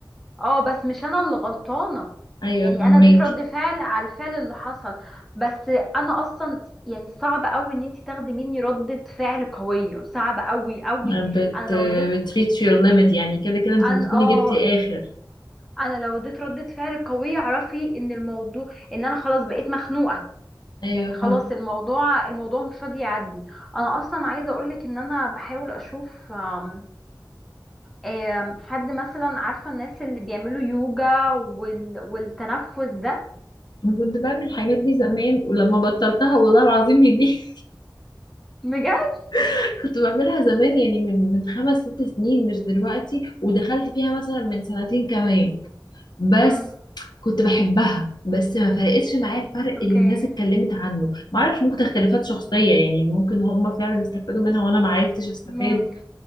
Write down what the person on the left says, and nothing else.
ايوه
فهميكي
بت
بتريتش يور ليميت يعني كده كده انت
بتكوني
جبتي اخر
ايوه
أنا كنت بعمل الحاجات دي زمان ولما بطلتها والله العظيم هي دي
<laughs> كنت بعملها زمان يعني من من خمس ست سنين مش دلوقتي ودخلت فيها مثلا من سنتين كمان بس
كنت بحبها بس ما فرقتش معايا الفرق
اللي الناس اتكلمت عنه ما اعرفش ممكن اختلافات شخصية يعني ممكن هم فعلا استفادوا منها وانا ما عرفتش استفاد